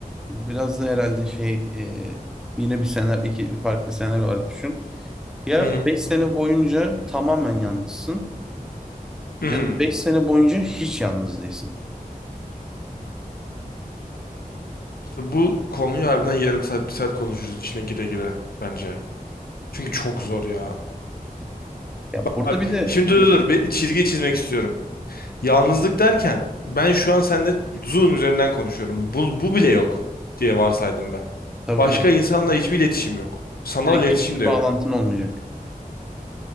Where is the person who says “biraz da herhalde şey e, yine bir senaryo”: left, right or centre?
Centre